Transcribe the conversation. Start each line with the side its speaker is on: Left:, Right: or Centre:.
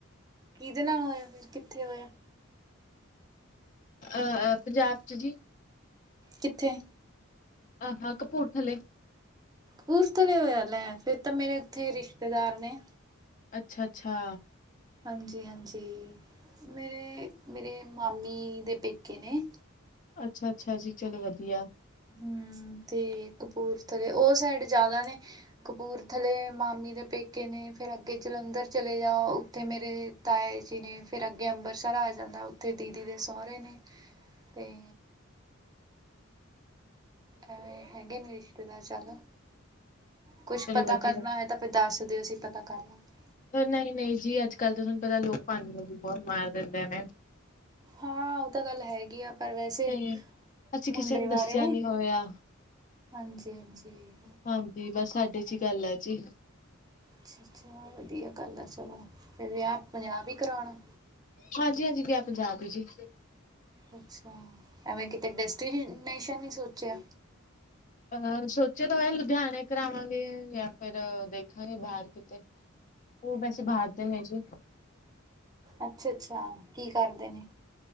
Right: ਕਿਹਦੇ ਨਾਲ ਹੋਇਆ ਫਿਰ ਕਿੱਥੇ ਹੋਇਆ
Left: ਅਹ ਪੰਜਾਬ ਚ ਜੀ
Right: ਕਿਥੇ
Left: ਆਹ ਕਪੂਰਥੱਲ
Right: ਪੂਰਥਲੇ ਹੋਇਆ ਲੈ ਫੇਿਰ ਤਾਂ ਮੇਰੇ ਉੱਥੇ ਰਿਸ਼ਤੇਦਾਰ ਨੇ
Left: ਅੱਛਾ ਅੱਛਾ
Right: ਹਾਂਜੀ ਹਾਂਜੀ ਮੇਰੇ ਮੇਰੇ ਮਾਮੇ ੀ ਦੇ ਪੇਕੇ ਨੇ
Left: ਅੱਛਾ ਅੱਛਾ ਜੀ ਚਲੋ ਵਧੀਆ
Right: ਹੂੰ ਤੇ ਕਪੂਰਥਲੇ ਉਹ ਸਾਈਡ ਜ਼ਿਆਦਾ ਨੇ ਕਪੂਰਥਲੇ ਮਾਮੀ ਦੇ ਪੇਕੇ ਨੇ ਫਿਰ ਅੱਗੇ ਜਲੰਧਰ ਚਲੇ ਜਾਓ ਉੱਥੇ ਮੇਰੇ ਤਾਏ ਜੀ ਨੇ ਫਿਰ ਅੱਗੇ ਅੰਮਬਰਿਤਸਰ ਆ ਜਾਂਦਾ ਉੱਥੇ ਦੀਦੀ ਦੇ ਸਹੁਰਰੇ ਨੇ ਤੇ ਐਵੇਂ ਹੈਗੇ ਨੇ ਰਿਸ਼ਤੇਦਾਰ ਚੱਲ ਕੁਛ
Left: ਚਲੋ
Right: ਪਤਾ
Left: ਵਧੀਆ।
Right: ਕਰਨਾ ਹੈਏ ਤਾਂ ਫਿਰ ਦੱਸ ਦਿਓ ਅਸੀਂ ਪਤਾ ਕਰ ਲਾਂਗੇ
Left: ਨਹੀਂ ਨਹੀਂ ਜੀ ਅੱਜ ਕੱਲ੍ਹ ਤਾਂ ਤੁਹਾਨੂੰ ਪਤਾ ਲੋਕ ਪਾਡੀਆਂ ਵੀ ਬਹੁਤ ਮਾਰ ਦਿੰਦੇ ਨੇ
Right: ਹਾਂ ਉਹ ਤਾਂ ਗੱਲ ਹੈਗੀ ਆ ਪਰ ਵੈਸੇ
Left: ਤੇ ਅਸੀਂ ਕਿਸੇ
Right: ਮੁੰਡੇ
Left: ਨੂੰ
Right: ਬਾਰੇ
Left: ਦੱਸਿਆ ਨੀ ਹੋਇਆ
Right: ਹਾਂਜੀ ਹਾਂਜੀ
Left: ਹਾਂਜੀ ਬਸ ਸਾਡੇ ਚ ਹੀ ਗੱਲ ਹੈ ਜੀ
Right: ਅੱਛਾ ਅੱਛਾ ਵਧੀਆ ਗੱਲ ਆ ਚਲੋ ਫਿਰ ਵਿਆਹ ਪੰਜਾਬ ਹੀ ਕਰਾਉਣਾ
Left: ਹਾਂਜੀ ਹਾਂਜੀ ਗਿਆ ਪੰਜਾਬ ਹੀ ਜੀ
Right: ਅੱਛਾ ਐਵੇਂ ਕਿਤੇ ਡੈਸਟੀੇ ਨੇਸ਼ਨ ਨਹੀਂ ਸੋਚਿਆ
Left: ਅਹ ਸੋਚਿਆ ਤਾਂ ਹੋਇਆ ਲੁਧਿਆਣੇ ਕਰਾਵਾਂਗੇ ਜਾਂ ਫਿਰ ਦੇਖਾਂਗੇ ਬਾਹਰ ਕਿਤੇ ਉਹ ਵੈਸੇ ਬਾਹਰ ਦੇ ਨੇ ਜੀ
Right: ਅੱਛਾ ਅੱਛਾ ਕੀ ਕਰਦੇ ਨੇ